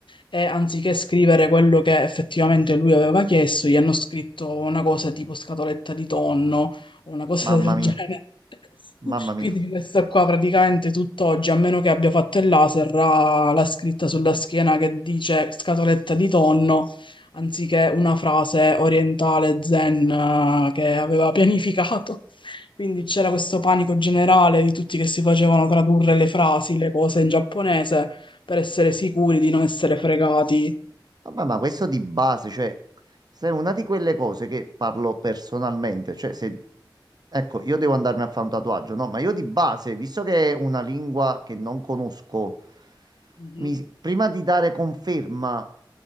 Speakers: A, on the left; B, on the right.
A: e anziché scrivere quello che effettivamente lui aveva chiesto, gli hanno scritto una cosa tipo scatoletta di tonno o una cosa
B: Mamma
A: del genere.
B: mia, mamma
A: <laughs>
B: mia.
A: Quindi questa qua praticamente tutt'oggi, a meno che abbia fatto il laser, ha la scritta sulla schiena che dice scatoletta di tonno, anziché una frase orientale zen eh, che aveva <laughs> pianificato. Quindi c'era questo panico generale di tutti che si facevano tradurre le frasi, le cose in giapponese per essere sicuri di non essere fregati.
B: Vabbè, ma questo di base, cioè, se è una di quelle cose che parlo personalmente, cioè, se, ecco, io devo andarmi a fare un tatuaggio, no? Ma io di base, visto che è una lingua che non conosco,
A: Mhm.
B: mi- prima di dare conferma,